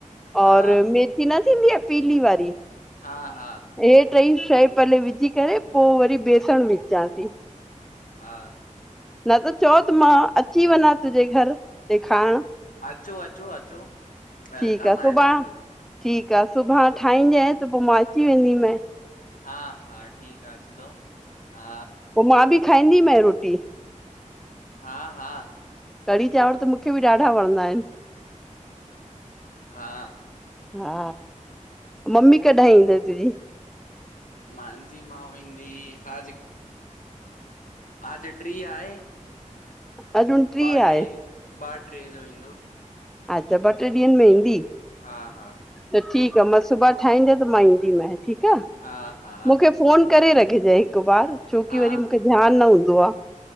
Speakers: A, on the left (about 85°); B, in the centre.
A: हा
B: और मिर्च न थींदी आ, पीली वारी
A: हा -हा,
B: हे ट्रई शइ पेले विझी करे पोइ वरी बेसण विझासीं।
A: हा।
B: न त चओ त मां अची वञा तुंहिंजे घर ॾेखाइण,
A: अचो- अचो -अचो, वेलकम
B: ठीकु आ,
A: आहे
B: सुभाणे
A: तव्हांजो
B: ठीकु आ, सुभाणे ठाहीजांइ त पोइ मां अची वेंदीमइ।
A: हा- हा ठीक आ अचदो, हा।
B: पोइ मां बि खाईंदीमांइ रोटी।
A: हा -हा।
B: कढ़ी चांवर त मूंखे बि ॾाढा वणंदा आहिनि।
A: हा।
B: हा, मम्मी कॾहिं ईंद तुंहिंजी?
A: मुंहिंजी माउ ईंदी आज। आज ट्री आहे,
B: अॼु उणटीह
A: ॿ- ट्रे
B: आहे
A: ॿ ट्रे जो ईंदो।
B: अच्छा, ॿ, ट्रे ॾींहंनि में ईंदी।
A: हा -हा।
B: त ठीकु आ, मां सुभाणे ठाहींजें त मां ईंदीमांइ ठीकु आ,
A: हा हा
B: मूंखे फोन करे रखजांइ हिकु बार, छोकी
A: हा
B: वरी मूंखे ध्यानु न हूंदो आ।